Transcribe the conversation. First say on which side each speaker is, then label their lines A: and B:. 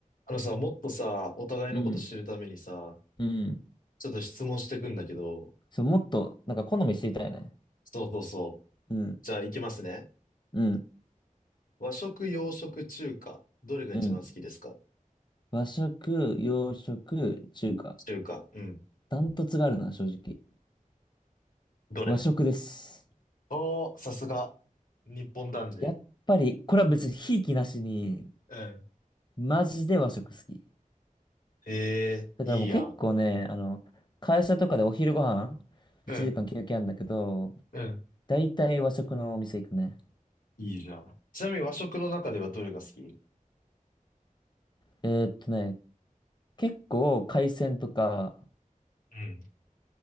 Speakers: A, on the left (about 75°); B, on the left (about 30°).
A: あのさ、もっとさ、お互いのこと知るためにさ、
B: うん、うん、
A: ちょっと質問してくんだけど、
B: そう、もっと、なんか好み知りたいね。
A: そうそうそう。
B: うん、
A: じゃあ、いきますね。
B: うん、
A: 和食、洋食、中華。どれが一番好きですか
B: うん。和食、洋食、中華。
A: 中華。うん。
B: ダントツがあるな、正直。
A: どれ
B: 和食です。
A: おー、さすが。日本男児。
B: やっぱり、これは別にひいきなしに、
A: うん。
B: マジで和食好き。
A: へえ、
B: だからもう結構ね、
A: いいやん。
B: あの、会社とかでお昼ご飯、
A: うん。
B: 1時間休憩あるんだけど、
A: うん。
B: だいたい和食のお店行くね。
A: いいじゃん。ちなみに和食の中ではどれが好き
B: えーっとね、結構海鮮とか
A: うん。